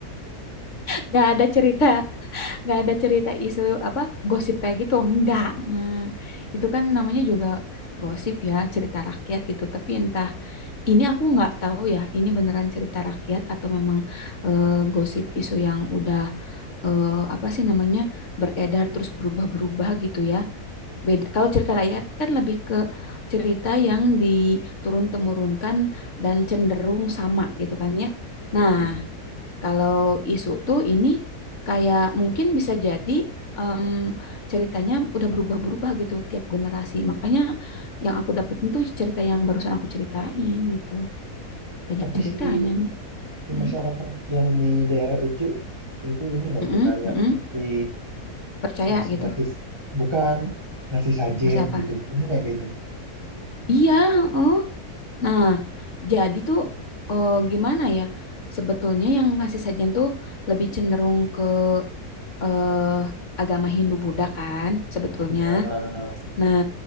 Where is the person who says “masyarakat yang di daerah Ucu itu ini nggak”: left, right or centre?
Right